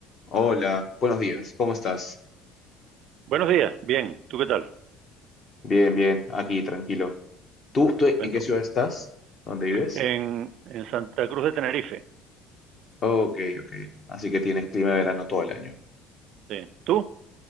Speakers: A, on the left; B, on the right.
A: Hola, buenos días, ¿cómo estás?
B: Buenos días, bien. ¿Tú qué tal?
A: Bien, bien, aquí, tranquilo. ¿Tú, tú
B: Estupendo.
A: en qué ciudad estás? ¿Dónde vives?
B: En, en Santa Cruz de Tenerife.
A: Ok, ok. Así que tienes clima de verano todo el año.
B: Sí. ¿Tú?